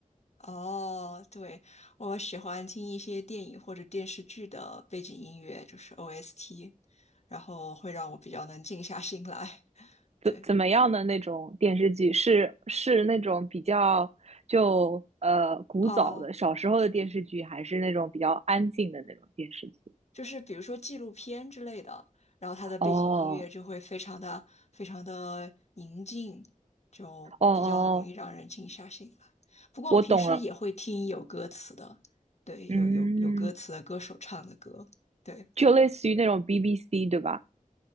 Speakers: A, on the left (about 50°); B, on the right (about 50°).
A: 哦，对，我喜欢听一些电影或者电视剧的背景音乐，就是 OST，然后会让我比较能静下心来。
B: 怎怎么样的那种电视剧？
A: 对。
B: 是是那种比较就呃古早的小时候的电视剧，
A: 哦，
B: 还是那种比较安静的那种电视剧？
A: 就是比如说纪录片之类的，然后它的背景音乐就会非常的非常的宁静，
B: 哦
A: 就比较容易让人静下心来。
B: 哦哦，
A: 不过我平时也会听有歌词的，
B: 我懂了，
A: 对，
B: 嗯，
A: 有有有歌词的歌手唱的歌，对。
B: 就类似于那种 BBC 对吧？